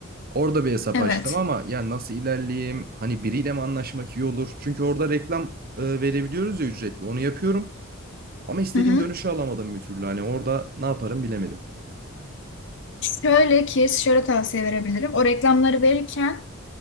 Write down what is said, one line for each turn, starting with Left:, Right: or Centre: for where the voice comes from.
Right: Orada bir hesap
Left: Evet.
Right: açtım ama ya nasıl ilerleyeyim? Hani biriyle mi anlaşmak iyi olur? Çünkü orada reklam e, verebiliyoruz ya ücretli. Onu yapıyorum. Ama istediğim
Left: Hı hı.
Right: dönüşü alamadım bir türlü. Hani orada ne yaparım bilemedim.
Left: Şöyle ki şöyle tavsiye verebilirim. O reklamları verirken